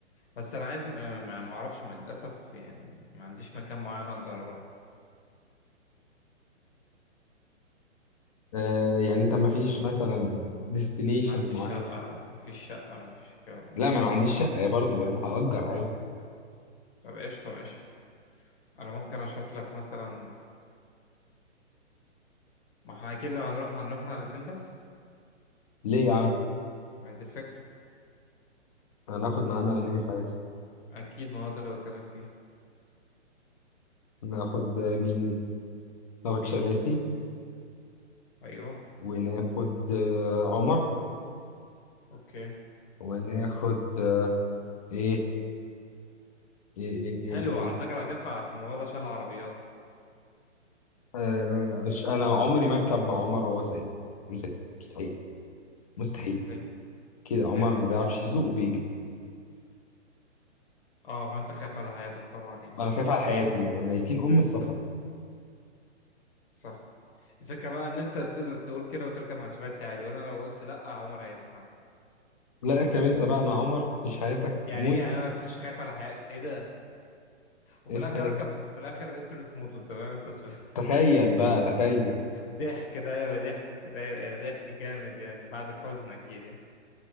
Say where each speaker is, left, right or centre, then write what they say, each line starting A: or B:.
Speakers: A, on the left; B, on the left.
A: بس أنا عايز م- آه، ما ما أعرفش مع- للأسف يعني ما عنديش مكان معين أقدر أروح
B: آه يعني انت ما فيش مثلا ديستنيشن
A: ما عنديش
B: معين
A: شقة ما فيش شقة ما فيش الكلام
B: لا
A: ده
B: ما انا ما عنديش شقه يا برضه يبقى هأجر عادي
A: طب قشطة ماشي انا ممكن اشوف لك مثلا ما احنا اكيد لو هنروح هنروح احنا الاتنين بس
B: ليه يا عم
A: ما هي دي الفكرة
B: انا هاخد معانا ناس عادي
A: اكيد ما هو ده اللي بتكلم فيه
B: ناخد آه، مين ناخد
A: مين
B: شباسي
A: ايوه
B: وناخد آه عمر
A: اوكي
B: وناخد آه ايه ايه ايه ايه,
A: حلو
B: إيه.
A: على
B: إيه،
A: فكرة هتنفع في الموضوع ده عشان العربيات
B: آه آه، مش انا عمري ما اركب مع عمر وهو سايق مسافر مستحيل مستحيل
A: ليه
B: كده عمر
A: ليه
B: ما بيعرفش يسوق وبيجري
A: اه فانت خايف على حياتك طبعا يعني
B: انا خايف على حياتي ميتين ام السفر
A: صح الفكرة بقى ان انت تقدر تقول كده وتركب مع شباسي عادي وانا لو قلت لا عمر هيزعل
B: لا اركب انت بقى مع عمر عيش حياتك
A: يعني
B: موت
A: ايه يعني انا مش خايف على حياتي ايه ده وفي
B: <laughs>
A: الاخر اركب وفي الاخر انتوا اللي تموتوا انت فاهم انت شباسي
B: تخيل بقى تخيل
A: ضحك ده هيبقى ضحك ده هيبقى يا ضحك جامد يعني بعد الحزن اكيد يعني